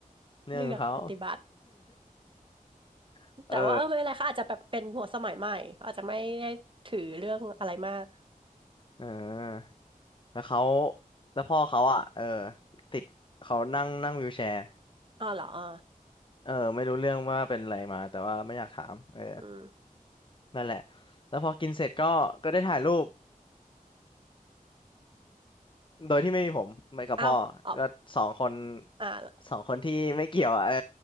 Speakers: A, on the left; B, on the right.
A: เรื่องของเขา
B: เลือกปฏิบัติ
A: <laughs>
B: แต่ว่าเออไม่เป็นไรค่ะอาจจะแบบเป็นหัวสมัยใหม่เขาอาจจะไม่ได้ถือเรื่องอะไรมาก
A: เออเออแล้วเขาแล้วพ่อเขาอ่ะเออติดเขานั่งนั่งวีลแชร์
B: อ้าวเหรออ่า
A: เออไม่รู้เรื่องว่าเป็นอะไรมาแต่ว่าไม่อยากถามเออ
B: อืม
A: นั่นแหละแล้วพอกินเสร็จก็ก็ได้ถ่ายรูป โดยที่ไม่มีผมไปกับพ่อก็สองคน
B: อ้าวอ๋ออ่าแ
A: สองคนที่ไม่เกี่ยวอ่ะเออ